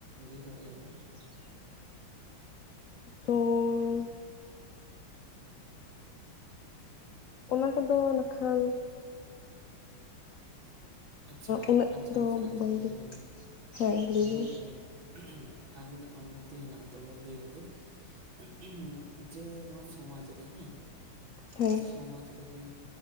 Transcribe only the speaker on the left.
<inaudible> ᱛᱚᱻ ᱚᱱᱟ ᱠᱚᱫᱚ ᱱᱟᱠᱷᱟᱱᱼᱼ
ᱩᱱᱟᱹᱜ
ᱫᱚ
ᱵᱟᱝᱜᱮ
ᱦᱮᱸ ᱞᱟᱹᱭ
ᱵᱤᱱ
ᱦᱮᱸ